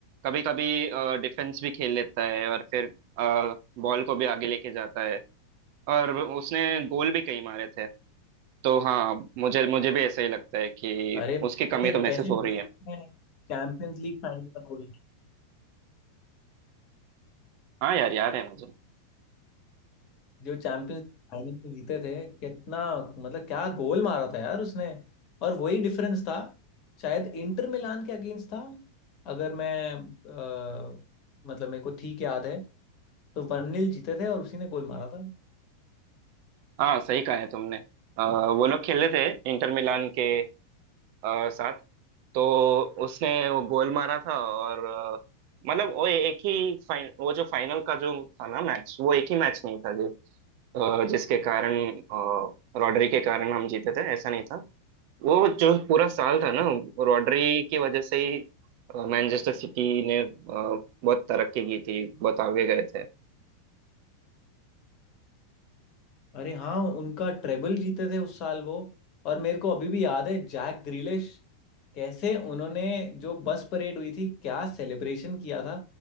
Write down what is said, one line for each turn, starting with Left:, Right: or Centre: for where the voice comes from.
Right: कभी कभी डिफेंस भी खेल लेता है और फिर बॉल को भी आगे लेके जाता है और उसने गोल भी कई मारे थे तो हाँ मुझे मुझे भी ऐसा ही लगता है कि
Left: अरे <laughs>
Right: उसकी कमी
Left: फिर
Right: तो महसूस
Left: कैसे
Right: हो
Left: भूल
Right: रही है
Left: सकते हैं चैंपियंस लीग फाइनल का गोल
Right: हाँ यार याद है मुझे
Left: जो चैंपियंस फाइनल में जीते थे कितना मतलब क्या गोल मारा था यार उसने और वही डिफरेंस था शायद इंटर मिलान के अगेंस्ट था अगर मैं अ, मतलब मेरे को ठीक याद है तो वन जीते थे और उसी ने गोल मारा था
Right: हाँ सही कहा है तुमने अ, वो लोग खेले थे इंटर मिलान के अ, साथ तो उसने वो गोल मारा था और अ, मतलब वो एक ही फाइन, वो जो फाइनल का जो था ना मैच वो एक ही मैच नहीं था जो अ, जिसके कारण अ, रॉड्री के कारण हम जीते थे ऐसा नहीं था वो जो पूरा साल था ना रॉड्री की वजह से ही मैनचेस्टर सिटी ने अ, बहुत तरक्की की थी बहुत आगे गए थे
Left: अरे हाँ उनका ट्रेबल जीते थे उस साल वो और मेरे को अभी भी याद है जैक ग्रिलिश कैसे उन्होंने जो बस परेड हुई थी क्या सेलिब्रेशन किया था